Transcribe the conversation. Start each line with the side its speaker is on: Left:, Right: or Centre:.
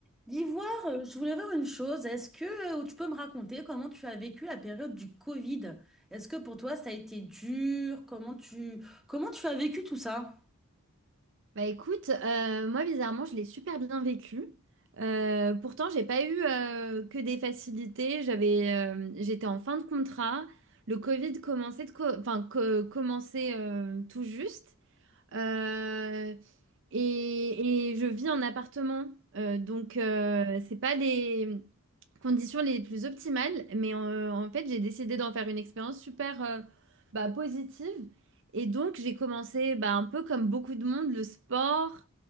Centre: L'Ivoire, euh, je voulais voir une chose. Est-ce que euh, tu peux me raconter comment tu as vécu la période du Covid? Est-ce que pour toi ça a été dur? Comment tu comment tu as vécu tout ça?
Right: Bah écoute, euh, moi bizarrement, je l'ai super bien vécu. Euh, pourtant, j'ai pas eu euh, que des facilités. J'avais, euh, j'étais en fin de contrat. Le Covid commençait de co- enfin, co- commençait euh, tout juste. Euh, et, et je vis en appartement. Euh, donc, euh, c'est pas les conditions les plus optimales, mais euh, en fait, j'ai décidé d'en faire une expérience super euh, bah, positive. Et donc, j'ai commencé bah, un peu comme beaucoup de monde, le sport